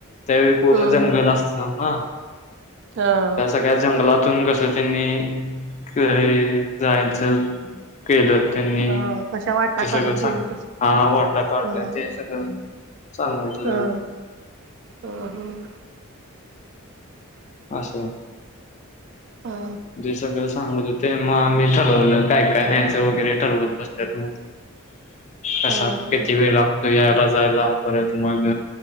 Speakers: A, on the left; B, on the right.
A: त्यावेळी
B: हम्म
A: पूर्ण जंगल असत ना
B: हम्म
A: त्या सगळ्या जंगलात त्यातून कस त्यांनी कई जायचं केलं त्यांनी
B: हा हा कशा वाटा
A: ते
B: काढत
A: सगळं
B: गेले
A: सांग
B: तस
A: हा वाटा काढल्या
B: हा
A: तेन सगळं सांग म्हटलं.
B: हा ह ह.
A: आस
B: ह
A: जे सगळं सांगत होते मग आम्ही ठरवलं काय काय न्यायचं वगैरे ठरवत बसल्यालो. कसा
B: हम्म
A: किती वेळ लागतो यायल. ला परत मग